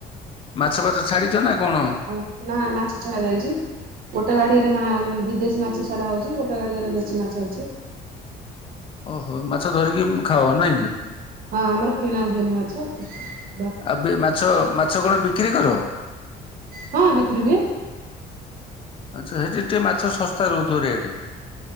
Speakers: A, on the left; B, on the right.
A: ମାଛ ଫଛ ଛାଡିଛ ନା। କଣ?
B: ହ ନା ମାଛ ଛଡା ଯାଇଛି। ଗୋଟେ ଗାଡିଆରେ ମା ବିଦେଶୀ ମାଛ ସଡା ହଉଛି ଗୋଟେ ଗଡିଆରେ ଦେଶୀ ମାଛ ଅଛି।
A: ଓହୋ ମାଛ ଧରିକି ଖାଅ ନାଇଁ କି।
B: ହଁ ଆମର କିଣା ହୁଏନି ମାଛ। ତ
A: ଆଉ ମାଛ ମାଛ କଣ ବିକ ବିକିରି କର। <inaudible>
B: ହଁ ବିକ୍ରି ହୁଏ।
A: ଆଚ୍ଛା ସେଠି ଟିକେ ମାଛ ଶସ୍ତା ରହୁଥିବ ରେଟ